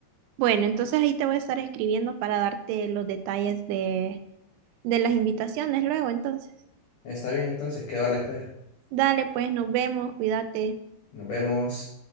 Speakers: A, on the right (about 80°); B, on the left (about 60°).
A: Bueno, entonces ahí te voy a estar escribiendo para darte los detalles de, de las invitaciones luego, entonces.
B: Está bien, entonces, quedo a la espera.
A: Dale, pues, nos vemos, cuídate.
B: Nos vemos.